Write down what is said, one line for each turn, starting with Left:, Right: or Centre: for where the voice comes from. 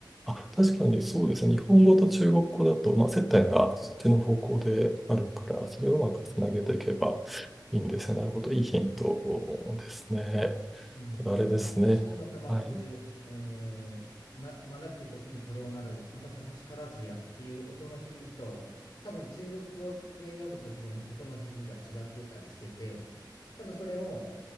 Centre: あ、あ、確かにそうですね。日本語と中国語だと、まあ、接点がそっちの方向であるから、それをうまくつなげていけばいいんですね。
Left: うん
Centre: なるほど。いいヒントですね。
Left: うん、
Centre: ただあれですね。
Left: だから、C の玉枠、
Centre: はい。
Left: うーん、な、学びて時にこれを習う、また楽しからずやっていう音の響きと、多分中国語で読む時の音の響きが違ってたりしてて、多分それを